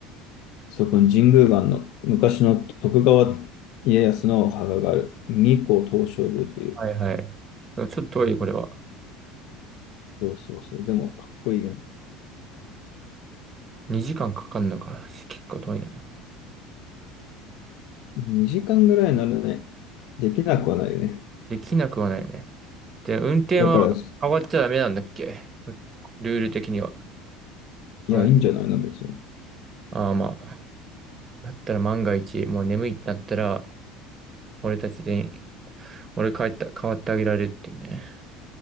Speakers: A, on the left (about 65°); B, on the right (about 25°).
A: そこの神宮岩の昔の徳川家康のお墓がある。日光東照宮っていう。
B: はいはい。ちょっと遠い、これは。
A: そうそうそう。でも、かっこいいよね。
B: 2時間かかるのか。結構遠いな。
A: 2時間ぐらいならね。できなくはないよね。
B: できなくはないね。で、運転は変わっちゃダメなんだっけ
A: だから、い
B: ルール的には。
A: や、
B: あ、
A: いいんじゃないの、別に。
B: あーまあ。だったら万が一、もう眠いってなったら、俺たちで、俺帰った、変わってあげられるっていうね。